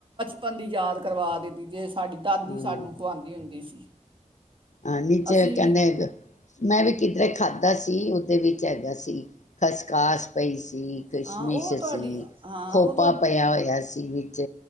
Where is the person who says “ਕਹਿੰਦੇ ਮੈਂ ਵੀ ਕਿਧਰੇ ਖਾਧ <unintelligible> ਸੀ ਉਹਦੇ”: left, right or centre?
Left